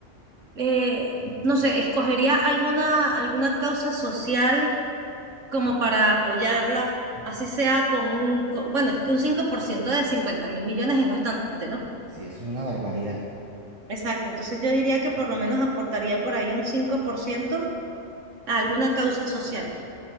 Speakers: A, on the right; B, on the right.
A: eh, no sé, escogería alguna, alguna causa social como para apoyarla, así sea con un, co- bueno, es que un 5% de cincuenta mil millones es bastante, ¿no?
B: Sí, eso es una barbaridad.
A: Exacto, entonces yo diría que por lo menos aportaría por ahí un 5% a alguna causa social,